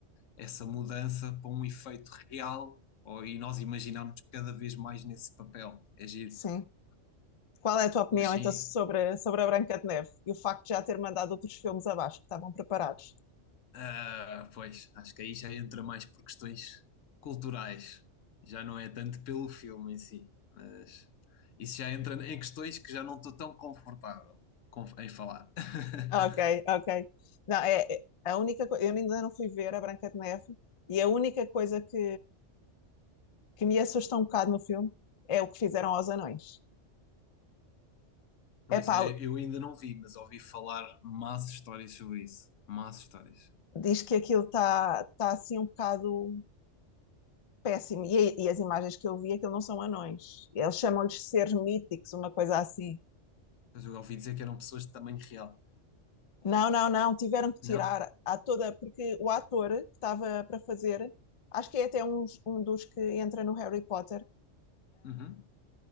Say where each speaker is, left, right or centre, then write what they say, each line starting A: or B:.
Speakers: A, on the left; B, on the left.
A: essa mudança para um efeito real ou- e nós imaginamos cada vez mais nesse papel, é giro.
B: sim. Qual é a tua opinião
A: Mas sim,
B: então sobre, sobre a Branca de Neve e o facto de já ter mandado outros filmes abaixo que estavam preparados?
A: ah, pois, acho que aí já entra mais por questões culturais, já não é tanto pelo filme em si, mas isso já entra em questões que já não estou tão confortável com- em falar. <laughs>
B: Ok, ok. Não, é, é- a única coisa, eu ainda não fui ver a Branca de Neve e a única coisa que, que me assusta um bocado no filme é o que fizeram aos anões.
A: Pois,
B: Epá,
A: eu eu ainda não vi, mas ouvi falar más histórias sobre isso, más histórias.
B: diz que aquilo está tá tá, assim um bocado péssimo e, e as imagens que eu vi, aquilo não são anões. Eles chamam-lhes seres míticos, uma coisa assim.
A: Mas eu ouvi dizer que eram pessoas de tamanho real,
B: Não, não, não, tiveram que tirar
A: não?
B: a toda, porque o ator que estava para fazer, acho que é até um, um dos que entra no Harry Potter,
A: Uhum.